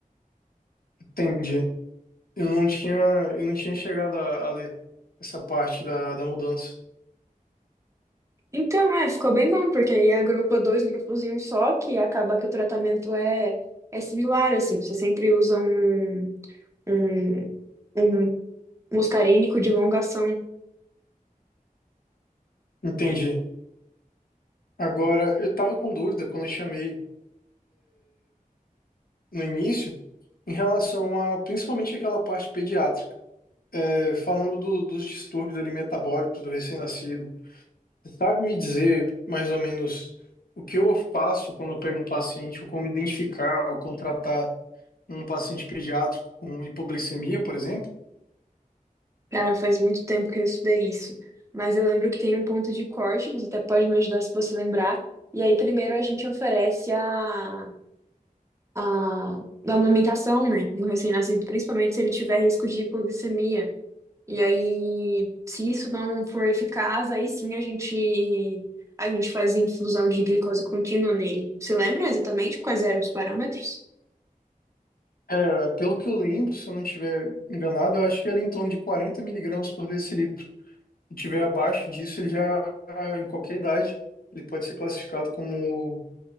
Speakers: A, on the left; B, on the right.
A: Entendi. Eu não tinha, eu não tinha chegado a, a ler essa parte da, da mudança.
B: Então, é, ficou bem bom, porque aí agrupa dois grupos em um só, que acaba que o tratamento é, é similar, assim, você sempre usa um, um, um muscarínico de longa ação
A: Entendi. Agora, eu estava com dúvida quando eu chamei no início em relação a principalmente aquela parte pediátrica, É, falando do- dos distúrbios ali metabólicos do recém-nascido. Você sabe me dizer mais ou menos o que eu faço quando eu pego um paciente, ou como identificar ou contratar um paciente pediátrico com hipoglicemia, por exemplo?
B: Cara, faz muito tempo que eu estudei isso, mas eu lembro que tem um ponto de corte, você até pode me ajudar se você lembrar. E aí, primeiro, a gente oferece a, a, da amamentação, né, no recém-nascido, principalmente se ele tiver risco de hipoglicemia. E aí, se isso não for eficaz, aí sim a gente, a gente faz infusão de glicose contínua nele. Você lembra exatamente quais eram os parâmetros?
A: É, pelo que eu lembro, se eu não estiver enganado, eu acho que é ali em torno de 40 miligramas por decilitro. Se tiver abaixo disso, ele já, em qualquer idade, ele pode ser classificado como